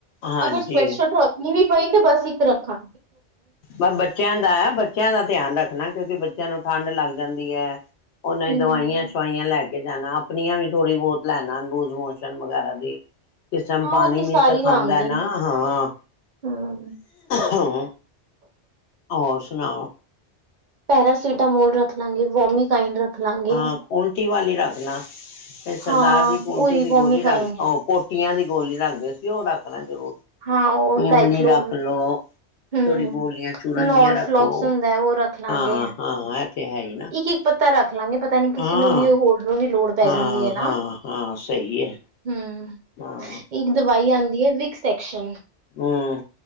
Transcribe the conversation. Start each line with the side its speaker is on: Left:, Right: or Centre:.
Left: ਹਾਂਜੀ
Right: ਅਗਰ ਸਵੈਟ ਸ਼ਰਟ ਰੱਖਣੀ ਵੀ ਪਈ ਤੇ ਬਸ ਇੱਕ ਰੱਖਾਂ
Left: ਬ ਬੱਚਿਆਂ ਦਾ ਬੱਚਿਆਂ ਦਾ ਧਿਆਨ ਰੱਖਣਾ। ਕਿਉਂਕਿ ਬੱਚਿਆਂ ਨੂੰ ਠੰਢ ਲੱਗ ਜਾਂਦੀ ਹੈ। ਉਹਨਾਂ ਹੀ
Right: ਹੂੰ।
Left: ਦਵਾਈਆਂ ਸਵਾਈਆਂ ਲੈ ਕੇ, ਜਾਣਾ ਆਪਣੀਆਂ ਵੀ ਥੋੜ੍ਹੀ ਬਹੁਤ ਲੈਣਾ ਰੂਜ਼ ਮੋਸ਼ਨ ਵਗੈਰਾ ਦੀ, ਕਿਸ ਟਾਈਮ
Right: ਹਾਂ
Left: ਪਾਣੀ
Right: ਉਹ ਤੇ ਸਾਰੀ
Left: ਨੀ ਸਖਾਂਦਾ
Right: ਲਾਂਗੀ।
Left: ਨਾ ਹਾਂ,
Right: ਹੂੰ।
Left: ਹੂੰ, ਹੋਰ ਸੁਣਾਓ?
Right: ਪੈਰਾਸੀਟਾਮੋਲ ਰੱਖ ਲਾਂਗੇ ਵੋਮਈਨ ਰੱਖ, ਲਾਂਗੇ।
Left: ਹਾਂ ਉਲਟੀ ਵਾਲੇ, ਰੱਖਣਾ, ਸਰਦਾਰ
Right: ਹਾਂ
Left: ਜੀ ਪੋਟੀ
Right: ਉਹੀ
Left: ਦੀ
Right: ਵੋਮੀਕਾਈਨ
Left: ਗੋਲੀ ਰਖਲੋ। ੀਆਂ ਦੀ ਗੋਲੀ ਰੰਗਦੇ <inaudible> <inaudible> <unintelligible> <inaudible> ਸੀ ਉਹ ਰੱਖਣਾ ਜ਼ਰੂਰ
Right: ਹਾਂ ਉਹ
Left: ਇਮਲੀ
Right: ਡਾਇਕਲੋ
Left: ਰੱਖ ਲੋ
Right: ਹਮ
Left: ਥੋੜੀ ਗੋਲੀਆਂ ਚੂਰਨ
Right: ਨੋਰ
Left: ਦੀਆਂ ਰੱਖੋ
Right: ਫਲੋਕਸ ਹੁੰਦਾ ਉਹ ਰੱਖ ਲਾਂਗੇ
Left: ਹਾਂ ਹਾਂ ਇਹ ਤੇ ਹੈ ਹੀ ਨਾ
Right: ਇੱਕ -ਇੱਕ ਪੱਤਾ ਰੱਖ ਲਾਂਗੇ ਪਤਾ ਨੀ ਕਿਸੇ
Left: ਹਾਂ
Right: ਨੂੰ ਵੀ ਹੋਰ ਨੂੰ ਵੀ ਲੋੜ ਪੈ
Left: ਹਾਂ
Right: ਜਾਂਦੀ ਹੈ ਨਾ
Left: ਹਾਂ ਹਾਂ ਸਹੀ ਹੈ
Right: ਹਮ
Left: ਹਾਂ
Right: ਇੱਕ ਦਵਾਈ ਆਉਂਦੀ । ਵੀ <inaudible> <inaudible> ਸੈਕਸ਼ਨ ।
Left: ਹਮ